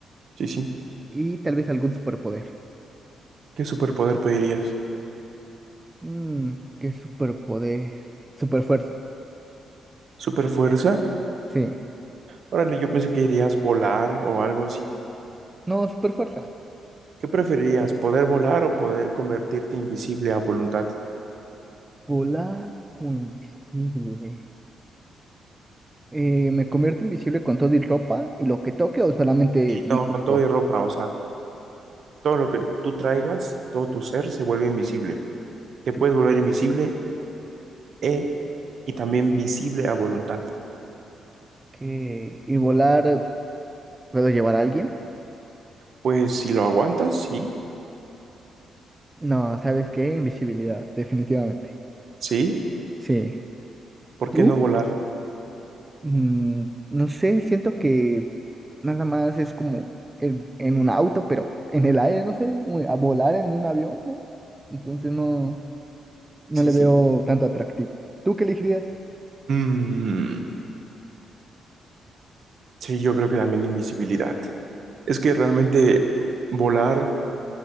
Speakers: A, on the right (about 60°); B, on the right (about 20°).
A: sí, sí.
B: y tal vez algún superpoder.
A: ¿Qué superpoder pedirías?
B: Mm, ¿qué superpoder? Superfuerza.
A: ¿Superfuerza?
B: Sí.
A: Órale, yo pensé que irías volar o algo así.
B: No, superfuerza.
A: ¿Qué preferirías, poder volar o poder convertirte invisible a voluntad?
B: Volar o invisible. Eh, ¿me convierto invisible con todo y ropa y lo que toque o solamente
A: Y
B: mi
A: no,
B: cuerpo?
A: con todo y ropa, o sea, todo lo que tú traigas, todo tu ser se vuelve invisible. Te
B: Sí.
A: puedes volver invisible e, y también visible a voluntad.
B: ¿Qué? ¿Y volar puedo llevar a alguien?
A: Pues si lo aguantas, sí,
B: No, ¿sabes qué? Invisibilidad, definitivamente.
A: sí,
B: Sí.
A: ¿por
B: ¿Tú?
A: qué no volar?
B: Mm, no sé, siento que nada más es como en, en un auto, pero en el aire, no sé, u- a volar en un avión, ¿no? Entonces no, no
A: Sí,
B: le
A: sí.
B: veo tanto atractivo. ¿Tú qué elegirías?
A: Mm, sí, yo creo que también invisibilidad. Es que realmente volar,